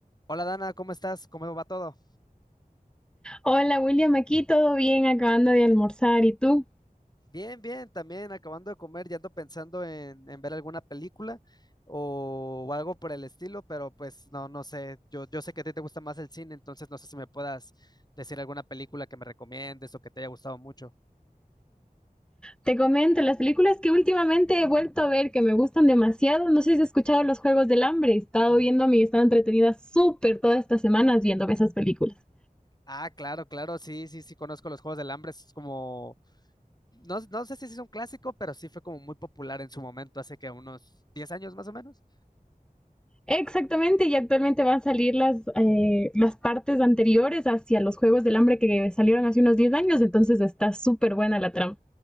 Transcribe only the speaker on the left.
Hola Dana, ¿cómo estás? ¿Cómo va todo?
Bien, bien, también acabando de comer, ya ando pensando en, en ver alguna película o, o algo por el estilo, pero pues no, no sé, yo, yo sé que a ti te gusta más el cine, entonces no sé si me puedas decir alguna película que me recomiendes o que te haya gustado mucho.
Ah, claro, claro, sí, sí, sí, conozco los Juegos del Hambre, es como, no, no sé si sí es un clásico, pero sí fue como muy popular en su momento, hace que unos 10 años más o menos.